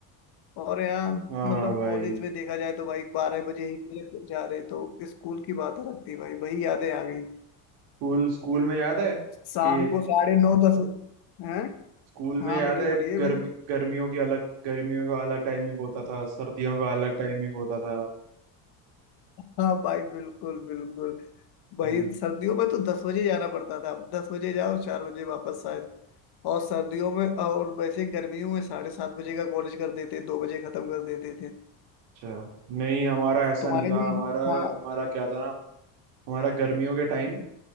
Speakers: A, on the left; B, on the right.
A: और यहाँ
B: हाँ
A: मतलब
B: भाई
A: कॉलेज में देखा जाए तो भाई बारह बजे एक बजे जा रहे तो स्कूल की बात अलग थी भाई वही यादें आ गई
B: स्कूल स्कूल में याद है
A: शाम
B: कि
A: को साढ़े नौ दस हैं
B: स्कूल में
A: हाँ
B: याद
A: बोलिए
B: है
A: बोलिए
B: गर्मी
A: भाई
B: गर्मियों की अलग गर्मियों का अलग टाइमिंग होता था सर्दियों का अलग टाइमिंग होता था
A: हाँ भाई बिल्कुल बिल्कुल भाई
B: हम्म,
A: सर्दियों में तो दस बजे जाना पड़ता था दस बजे जाओ चार बजे वापस शायद और सर्दियों में और वैसे गर्मियों में साढ़े सात बजे का कॉलेज कर देते दो बजे खत्म कर देते थे
B: अच्छा नहीं हमारा ऐसा
A: तुम्हारे
B: नहीं था
A: भी
B: हमारा
A: हाँ
B: हमारा क्या था ना हमारा गर्मियों के टाइम
A: हम्म,